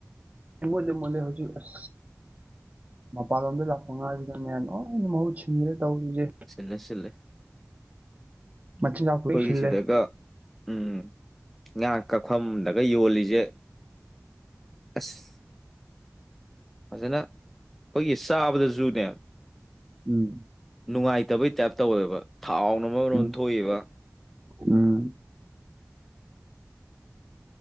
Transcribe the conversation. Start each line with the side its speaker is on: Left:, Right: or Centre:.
Right: ꯃꯨꯠꯂꯦ ꯃꯨ ꯍꯧꯖꯤꯛ ꯑꯁ ꯃꯄꯥꯟꯂꯣꯝꯗ ꯂꯥꯛꯄ ꯉꯥ ꯁꯤꯅꯅꯦ ꯃꯍꯨꯠ ꯁꯤꯔꯦ ꯇꯧꯔꯤꯁꯦ
Centre: ꯁꯤꯂꯦ ꯁꯤꯂꯦ
Right: ꯃꯆꯤꯟꯖꯥꯛꯄꯨ
Centre: ꯑꯩꯈꯣꯏꯒꯤ
Right: ꯂꯣꯏ ꯁꯤꯜꯂꯦ
Centre: ꯁꯤꯗꯒ ꯎꯝ ꯉꯥ ꯀꯛꯐꯝꯗꯒ ꯌꯣꯜꯂꯤꯁꯦ ꯑꯁ ꯐꯖꯅ ꯑꯩꯈꯣꯏꯒꯤ ꯆꯥꯕꯗꯖꯨꯅꯦ
Right: ꯎꯝ
Centre: ꯅꯨꯡꯉꯥꯏꯇꯕꯩ ꯇꯥꯏꯞ ꯇꯧꯋꯦꯕ ꯊꯥꯎꯅ ꯑꯃꯃꯣꯝ
Right: ꯎꯝ
Centre: ꯊꯣꯛꯏꯕ
Right: ꯎꯝ